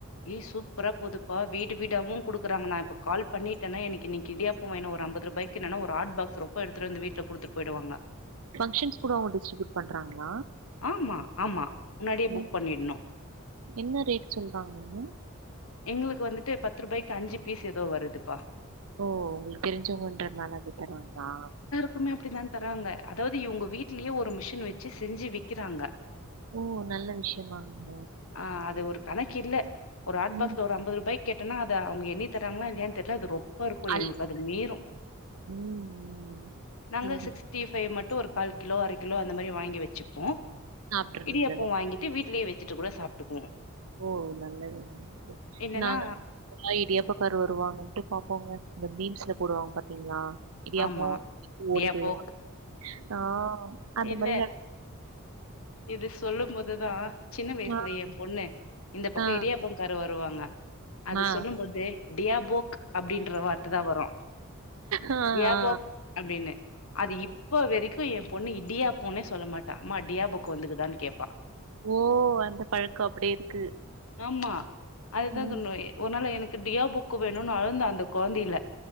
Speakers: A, on the left (about 70°); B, on the right (about 70°).
A: ஏ சூப்பரா போதுப்பா வீடு வீடாவு குடுக்குறாங்க நா இப்ப கால் பண்ணிட்டேனா எனக்கு இன்னைக்கு இடியாப் போ இன்னோ ஒரு அம்பது ரூபாய்கு நல்ல ஒரு ஹாட் பாக்ஸ் ரொப்ப எடுத்துட்டு வீட்ல குடுத்துட்டு போயிடுவாங்க
B: ஃபங்ஷன்ஸ்க்கூட அவங்க டிஸ்ரிபியூட் பண்றாங்ளா
A: ஆமா ஆமா முன்னாடியே
B: ம்
A: புக் பண்ணிட்ணு
B: என்ன ரேட் சொல்றாங்கங்க
A: எங்களுக்கு வந்துட்டு பத்து ரூபாய்க்கு அஞ்சு பீஸ் ஏதோ வருதுப்பா
B: ஓ ஒங்களுக்கு தெரிஞ்சவங்கன்றதுனால அப்டி தராங்லா
A: எப்பவுமே அப்டிதா தராங்க அதாவது இவங்க வீட்லயே ஒரு மிஷின் வெச்சு செஞ்சு விக்குறாங்க
B: ஓ நல்ல விஷயதாங்க
A: ஆ அது ஒரு கணக்கில்ல ஒரு ஹாட்
B: ம்.
A: பாக்ஸ்ல ஒரு அம்பது ரூபாய்க் கேட்டன்னா அத அவுங்க எண்ணி தராங்ளா இல்லயான்னு தெரில அது ரொ பா இருக்கு
B: அல்
A: எங்களுக்கு அது மீறு
B: ம், ம்.
A: நாங்க
B: சரி.
A: சிக்ஸ் டிஃபை மட்டு ஒரு கால் கிலோ அர கிலோ அந்த மாரி வாங்கி வெச்சுப்போ
B: சாப்பிடுறதுதானே.
A: இடியாப்போ வாங்கி ட்டு வீட்லயே வெச்சிட்டு கூட சாப்டுக்குவோ
B: ஓ நல்லதுங்க நல்லது
A: இல்லன்னா
B: நாங்க படா இடியாப்பக்காரு வருவாங்கட்டு பாப்போங்க இந்த மீம்ஸ்ல போடுவாங்க பாத்தீங்ளா இடியாப்போ
A: ஆமா இடியாப்போ
B: ஓடி போய்டுவா ஆ அந்த
A: இல்ல
B: மாரி நட
A: இது சொல்லும்போதுதா சின்ன வயசுல
B: ஆ,
A: எ பொண்ணு இந்த பக்க
B: ஆ,
A: இடியாப்பங் காரு வருவாங்க அது
B: ஆ,
A: சொல்லும்போது டியாபோக் அப்டீன்ற வார்த்த தா வரு
B: ஆ,
A: டியாபோக்
B: ஆ.
A: அப்டின்னு அது இப்ப வரைக்கு எ பொண்ணு இடியாப்பொனே சொல்ல மாட்ட டா அம்மா டியாபொக்கு வந்துக்குதானு கேப்பா
B: ஓ அந்த பழக்க அப்டி இருக்கு
A: ஆமா அதுதா
B: ம்
A: சொன்னே ஒரு நாள் எனக்கு டியாபுக்கு வேணுனு அழுந்த அந்த கொழந்தைல